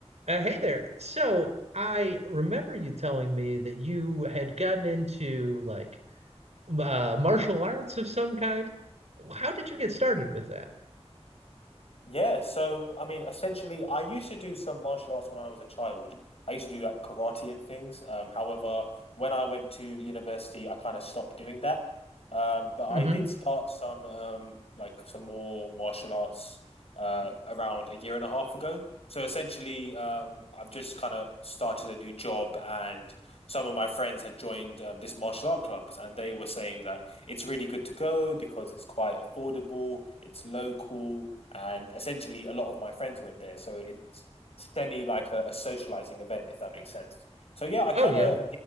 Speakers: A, on the right; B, on the left.
A: Uh, hey there. So I remember you telling me that you had gotten into like uh, martial arts of some kind. How did you get started with that?
B: Yeah, so I mean, essentially, I used to do some martial arts when I was a child. I used to do like karate and things. Um, however, when I went to university, I kind of stopped doing that. Um, but
A: hmm
B: I did start some um, like some more martial arts uh, around a year and a half ago. So essentially, um, I've just kind of started a new job, and some of my friends had joined um, this martial art clubs, and they were saying that it's really good to go because it's quite affordable, it's local and essentially a lot of my friends went there, so it's semi like a, a socializing event, if that makes sense. So yeah, I
A: Oh
B: kind
A: yeah.
B: of